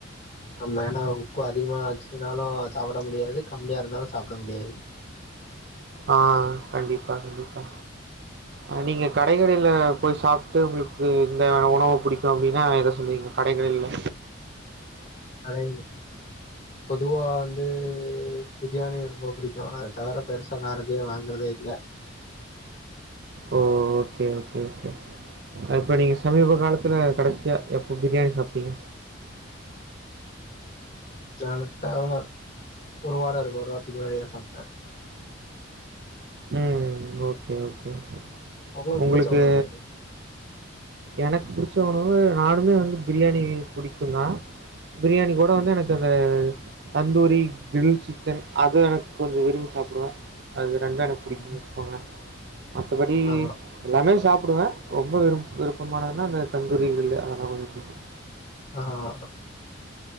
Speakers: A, on the left; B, on the right.
A: ஆமா ஏனா உப்பு அதிகுமா ஆச் சினாலு சாப்புட முடியாது கம்மியா இருந்தாலு சாப்புட முடியாது
B: ஆ கண்டிப்பா கண்டிப்பா ஆ நீங்க கடை கடேல போய் சாப்ட்டு உங்குளுக்கு இந்த உணவ புடிக்கு அப்டினா எத சொல்வீங்க கடைகள் இல்ல
A: கடை பொதுவா வந்து பிரியாணி ரொம்பா பிடிக்கு அ தவர பெருசா வேற எதையு வாங்கறதே இல்ல
B: ஓ ஓகே ஓகே ஓகே இப்ப நீங்க சமீப காலத்துல கடைசியா எப்போ பிரியாணி சாப்ட்டீங்க
A: நாலத்த ஆமா ஒரு வார இருக்கு ஒரு வாரத்துக்கு முன்னாடிதா சாப்ட்டே
B: ம் ஓகே ஓகே கே
A: உங்களுக்கு
B: ஒங்ளுக்கு
A: பிடிச்ச உணவு எது?
B: எனக்கு புடிச்ச உணவு நானுமே வந்து பிரியாணி புடிக்குந்தா பிரியாணி கூட வந்து எனக்கு அந்த தந்தூரி கிரில் சிக்கன் அதுவு எனக்கு கொஞ்சம் விரும்பி சாப்பிடுவே அது ரெண்டு எனக்கு புடிக்குனு
A: ம்.
B: வச்சுக்கோங்களே மத்தபடி
A: ஆ,
B: எல்லாமே சாப் ப்படுவே ரொம்ப விருப்பமானதுன்னா அந்த தந்தூரி க்ரில்லு ஆமா அதெல்லா கொஞ்ச பிடிக்கும்
A: ஆமா